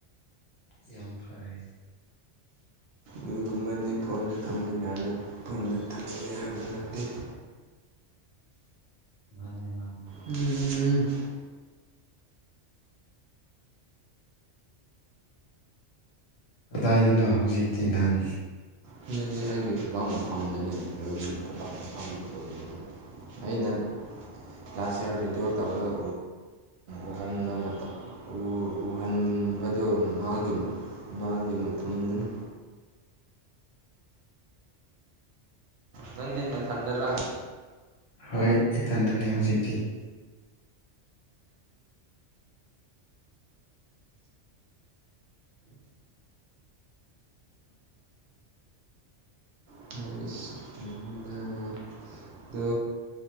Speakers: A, on the left (about 65°); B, on the right (about 65°).
A: ꯌꯥꯝ ꯐꯥꯏ
B: ꯑꯗꯨꯒꯨꯝꯕꯗꯤ ꯐꯣꯟꯗ ꯊꯝꯕ ꯐꯣꯟꯗ ꯊꯝꯕ ꯌꯥꯕ ꯅꯠꯇꯦ <unintelligible>
A: ꯃꯥꯅꯦ ꯃꯥꯅꯦ
B: ꯎꯝ
A: ꯀꯗꯥꯏꯗꯅꯣ ꯍꯧꯖꯤꯛꯇꯀꯤ ꯅꯪ
B: ꯍꯧꯖꯤꯛꯇꯤ ꯑꯩꯒꯤ ꯐꯩꯕꯥꯛ ꯃꯐꯝꯗꯅꯦ ꯔꯨꯝ ꯐꯩꯕꯥꯛ ꯃꯐꯝ ꯑꯣꯏꯕ ꯑꯩꯅ ꯂꯥꯁ ꯏꯌꯥꯔ ꯚꯤꯗꯤꯑꯣ ꯇꯧꯔꯒ ꯎꯍꯟꯕ ꯃꯇꯝ ꯐꯍꯟꯕꯗꯣ ꯃꯥꯒꯤ ꯃꯥꯒꯤ ꯃꯇꯝꯗꯅꯤ ꯅꯪꯗꯤ ꯍꯟꯅ ꯊꯟꯗꯔꯥ
A: ꯍꯣꯏ ꯏꯊꯟꯗꯅꯦ ꯍꯧꯖꯤꯛꯇꯤ
B: ꯑꯗꯨ